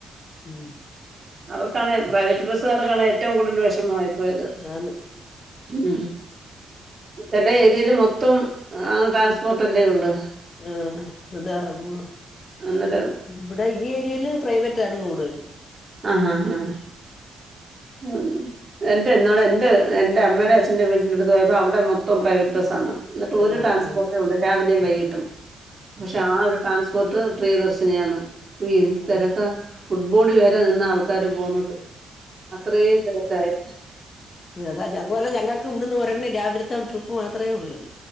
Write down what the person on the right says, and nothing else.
അവർക്കാണ് പ്രൈവറ്റ് ബസ്സുകാർക്കാണ് ഏറ്റവും കൂടുതൽ വെഷമായിപ്പോയത്.
ഉം ങ്ങട്ട് ഏരിയല് മൊത്തം ട്രാൻസ് പോർട്ടല്ലേ ഒള്ള്.
ന്ന്ട്ടാ
ആഹ് ഹാ ആഹ് ഉം എന്റെ ഇന്നാള് എന്റെ എന്റെ അമ്മേടെ അച്ഛന്റെ വീടിന്റെടുത്ത് പോയപ്പോ അവടെ മൊത്തം പ്രൈവറ്റ് ബസ്സാണ്. ന്നട്ട്
ഒരു ട്രാൻസ്പോർട്ടേ ഒള്ളൂ രാവിലേം വൈകിട്ടും പക്ഷെ ആഹ് ഒരു ട്രാൻസ്പോർട്ട് പ്രിയദർശിനിയാണ് വീ എന്ത്
തെരക്ക. ഫുട്ബോട് വരെ നിന്ന ആൾക്കാര് പോണത്. അത്രയും തെരക്കായി